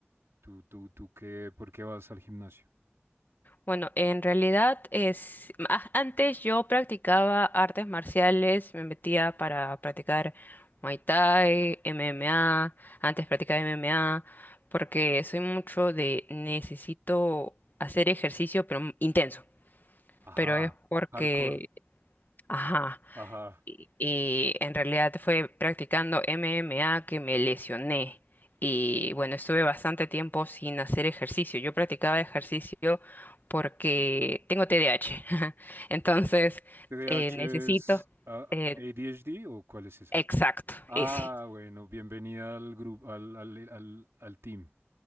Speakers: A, on the right; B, on the left.
A: ¿Tú, tú, tú qué, por qué vas al gimnasio?
B: Bueno, en realidad es ah, antes yo practicaba artes marciales, me metía para practicar Muay Thai, MMA, antes practicaba MMA porque soy mucho de necesito hacer ejercicio pero m- intenso,
A: Ajá.
B: pero es porque
A: Hardcore.
B: ajá,
A: Ajá.
B: y y en realidad fue practicando MMA que me lesioné. Y bueno, estuve bastante tiempo sin hacer ejercicio. Yo practicaba ejercicio porque tengo TDAH. <laughs> Entonces,
A: TDAH
B: eh, necesito...
A: es ah,
B: eh,
A: ADHD o cuál es esa?
B: exacto,
A: Ah,
B: ese.
A: bueno, bienvenida al grupo, al, al, al, al team.